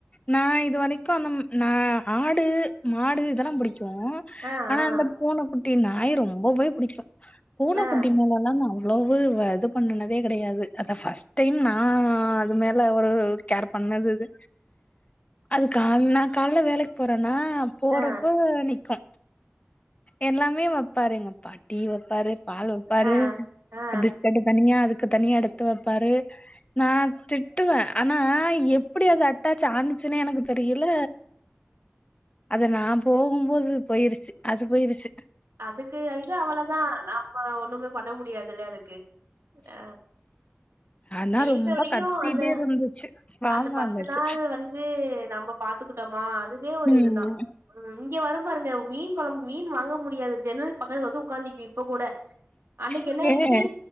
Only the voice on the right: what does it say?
ஆ
ஆ
ஆ
ஆ
ஆ ஆ ஆ
அதுக்கு இது அவ்ளதா நாம்ப ஒண்ணுமே பண்ண முடியாதில்ல அதுக்கு அ
இருக்க
வரைக்கு
அந்த
அந்த பத்து
நாள் வந் து நம்ம பாத்துக்கிட்டோமா அதுவே ஒரு
இதுதா ம் இங்க வரு பாருங்க மீன் கொழம்பு மீன் வாங்க முடியாது ஜன்னல் பக்கத்துலா வந்து உக்காந்தி இப்ப கூட அன்னைக்கு
என்ன ஆயிடுச்சி